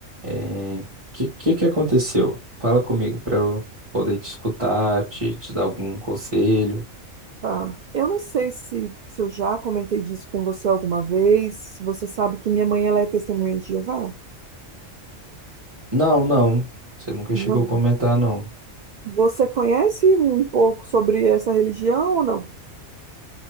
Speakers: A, on the right; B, on the right.
A: É, que, que que aconteceu? Fala comigo pra eu poder te escutar, te, te dar algum conselho.
B: tá? Eu não sei se, se eu já comentei disso com você alguma vez, se você sabe que minha mãe ela é testemunha de Jeová.
A: Não, não. Você nunca
B: Não.
A: chegou a comentar, não.
B: Você conhece um pouco sobre essa religião ou não?